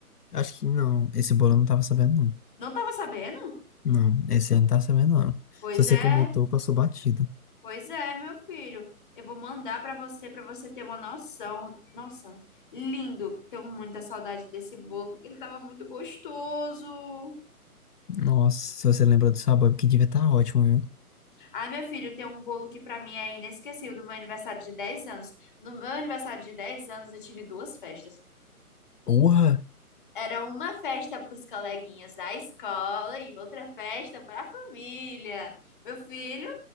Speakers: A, on the left (about 80°); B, on the left (about 35°).
A: Acho que não. Esse bolo eu não tava sabendo, não
B: Não tava sabendo?
A: Não, esse eu não tá sabendo, não.
B: Pois
A: Se você
B: é,
A: comentou, passou batido.
B: pois é, meu filho. Eu vou mandar pra você, pra você ter uma noção. Nossa, lindo. Tenho muita saudade desse bolo, porque ele tava muito gostoso.
A: Nossa, se você lembra do sabor, que devia estar ótimo, viu?
B: Ai, meu filho, tem um bolo que pra mim é inesquecível do meu aniversário de 10 anos. No meu aniversário de 10 anos, eu tive duas festas.
A: Porra!
B: Era uma festa para os coleguinhas da escola e outra festa para a família. Meu filho,